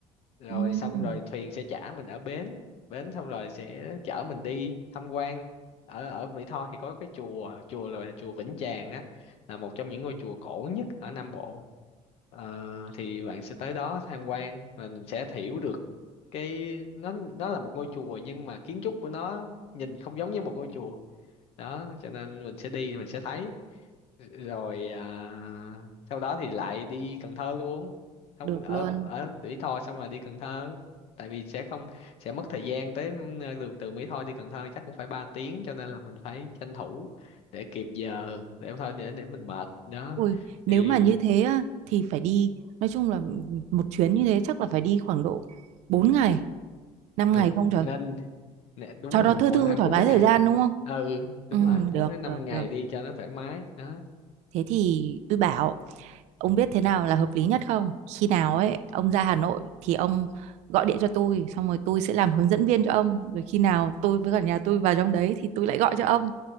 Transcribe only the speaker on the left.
rồi
xong rồi thuyền sẽ chở mình ở bến bến xong rồi sẽ chở mình đi tham quan ở ở Mỹ Tho thì có cái chùa chùa là chùa Vĩnh Tràng á là một trong những ngôi chùa cổ nhất ở Nam Bộ Ờ, thì bạn sẽ tới đó tham quan và mình sẽ hiểu được cái nó nó là một ngôi chùa nhưng mà kiến trúc của nó nhìn không giống như một ngôi chùa đó cho nên mình sẽ đi thì mình sẽ thấy rồi à, sau đó thì lại đi Cần Thơ luôn không
ở
ở Mỹ Tho xong rồi đi Cần Thơ tại vì sẽ không sẽ mất thời gian tới ờ, từ từ Mỹ Tho đi Cần Thơ chắc cũng phải ba tiếng cho nên là mình phải tranh thủ để kịp giờ để thôi để để mình mệt đó
thì
ừ
nên nè, đúng
mà
khoảng
khoảng
bốn
ngày
ừ đúng
rồi 4
đến
5 ngày
đi cho nó thoải mái đó